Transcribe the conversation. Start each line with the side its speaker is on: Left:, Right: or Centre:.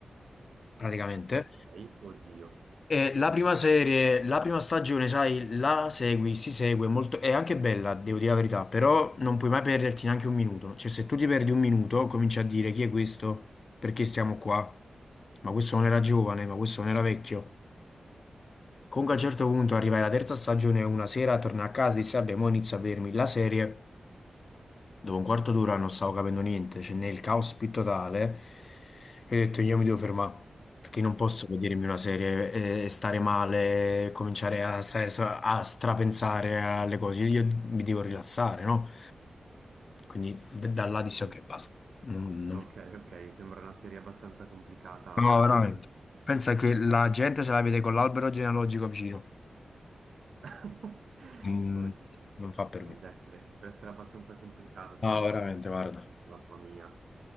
Left: praticamente.
Right: Ok, oddio.
Left: E la prima serie, la prima stagione, sai, la segui, si segue molto, è anche bella, devo dire la verità, però non puoi mai perderti neanche un minuto. Cioè, se tu ti perdi un minuto, cominci a dire chi è questo, perché stiamo qua, ma questo non era giovane, ma questo non era vecchio. Comunque a un certo punto arrivai alla terza stagione, una sera torno a casa e dissi, vabbè, mo inizio a vedermi la serie. Dopo un quarto d'ora non stavo capendo niente, c'è nel caos più totale, e ho detto io mi devo fermare, perché non posso vedermi una serie e, e stare male, e cominciare a, stare stra- a strapensare alle cose, io, io mi devo rilassare, no? Quindi d- da là dissi
Right: Mhm.
Left: ok, basta. Non- non-
Right: Ok, ok, sembra una serie abbastanza complicata
Left: No,
Right: a livello
Left: veramente.
Right: mentale.
Left: Pensa che la gente se la vede con l'albero genealogico vicino.
Right: <laughs>
Left: Mm,
Right: Oddio,
Left: non fa per
Right: Mm,
Left: me.
Right: deve essere, deve essere abbastanza complicata da...
Left: No, veramente, guarda.
Right: Mamma mia.